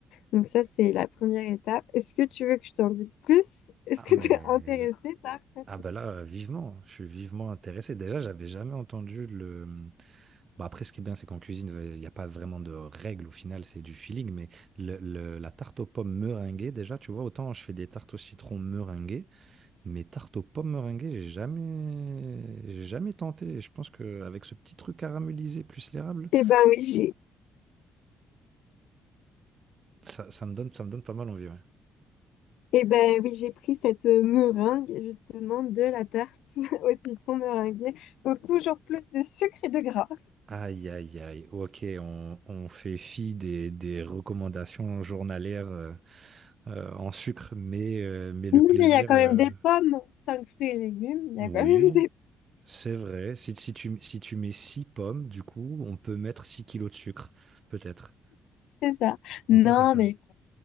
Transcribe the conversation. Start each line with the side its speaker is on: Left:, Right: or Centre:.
Left: Donc ça, c'est la première étape. Est-ce que tu veux que je t'en dise plus? Est-ce
Right: Ah
Left: que
Right: mais
Left: tu es intéressée par ça?
Right: ah bah là, vivement. Je suis vivement intéressé. Déjà, j'avais jamais entendu le Bah, après, ce qui est bien, c'est qu'en cuisine, il n'y a pas vraiment de règles au final, c'est du feeling, mais le le la tarte aux pommes meringuée, déjà, tu vois, autant je fais des tartes au citron meringuées, mais tarte aux pommes meringuées, j'ai jamais j'ai jamais tenté et je pense qu'avec ce petit truc caramélisé plus l'érable,
Left: Eh ben oui,
Right: ça ça me donne ça me donne pas mal envie, ouais.
Left: Eh ben oui, j'ai pris cette euh, meringue justement de la tarte <laughs> au citron meringuée. Donc toujours plus de sucre et de gras.
Right: Aïe, aïe, aïe. OK, on on fait fi des des recommandations journalières, heu heu, en sucre, mais heu, mais le
Left: Non,
Right: plaisir,
Left: mais il y a quand
Right: heu
Left: même des pommes, cinq fruits et légumes. Il y
Right: oui.
Left: a quand même des...
Right: C'est vrai. Si, si tu, si tu mets 6 pommes, du coup, on peut mettre 6 kilos de sucre, peut-être.
Left: <laughs> C'est ça.
Right: On
Left: Non,
Right: peut faire ça.
Left: mais